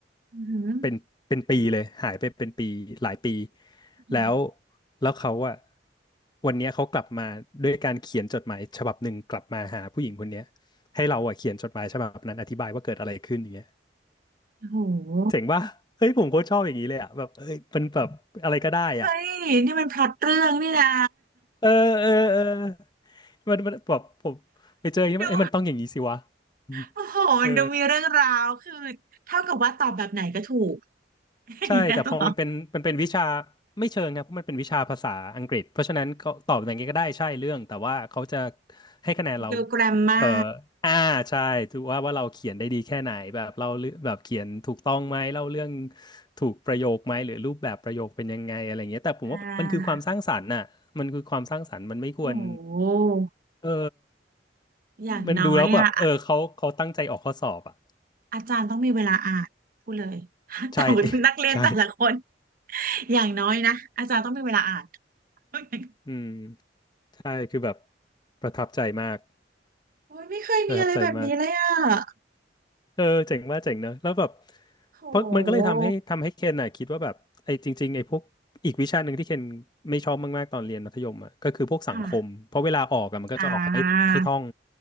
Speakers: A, on the right; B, on the left.
A: อือหือ
B: เป็นเป็นปีเลยหายไปเป็นปีหลายปี
A: อือหือ
B: แล้วแล้วเขาอะวันเนี้ยเขากลับมาด้วยการเขียนจดหมายฉบับหนึ่งกลับมาหาผู้หญิงคนเนี้ยให้เราอะเขียนจดหมายฉบับนั้นอธิบายว่าเกิดอะไรขึ้นอย่างเงี้ย
A: โอ้โห
B: เจ๋งป่ะเฮ้ยผมโคตรชอบอย่างนี้เลยอะแบบเอ้ยมันแบบอะไรก็ได้อ่ะ
A: เฮ้ยนี่มันพล็อตเรื่องนี่นะ
B: เออเออเออมันมันแบบผมไปเจออย่างนี้มันเอ้ยมันต้องอย่างนี้สิวะ
A: <laughs> ดู
B: อืม
A: โอ้โหมันดูมีเรื่องราวคือ
B: เออ
A: เท่ากับว่าตอบแบบไหนก็ถูก <laughs>
B: ใช่แต่พอมันเป็นมันเป็นวิชา
A: อย่างเงี้ยเหรอ
B: ไม่เชิงครับเพราะมันเป็นวิชาภาษาอังกฤษเพราะฉะนั้นเขาตอบอย่างไงก็ได้ใช่เรื่องแต่ว่าเขาจะให้คะแนนเรา
A: ดูแกรมมา
B: เอ่ออ่าใช่ถือว่าว่าเราเขียนได้ดีแค่ไหนแบบเราเรื่องแบบเขียนถูกต้องไหมเล่าเรื่องถูกประโยคไหมหรือรูปแบบประโยคเป็นยังไงอะไรเงี้ยแต่ผมว่ามันคือความสร้างสรรค์น่ะมันคือความสร้างสรรค์มันไม่ควร
A: อ่าโอ้โห
B: เออ
A: อย่างน้อยอ่ะอะ
B: มันดูแล้วแบบเออเขาเขาตั้งใจออกข้อสอบอ่ะ
A: อาจารย์ต้องมีเวลาอ่าน พูดเลย <laughs>
B: ใช่
A: แต่ว่านักเรียนแต่ละคน
B: <laughs> ใช่
A: อย่างน้อยนะอาจารย์ต้องมีเวลาอ่าน <laughs>
B: อืมใช่คือแบบประทับใจมาก
A: โอ้ยไม่เคยมีอะไรแบบนี้เลยอ่ะ
B: ประทับใจมากเออเจ๋งว่าเจ๋งเนอะแล้วแบบ
A: โห
B: เพราะมันก็เลยทำให้ทำให้เคนน่ะคิดว่าแบบไอ้จริงๆไอ้พวกอีกวิชาหนึ่งที่เคนไม่ชอบมากๆตอนเรียนมัธยมอ่ะก็คือพวกสังคมเพราะเวลาออกอ่ะมันก็จะออกให้ให้ท่อง
A: ค่ะอ่า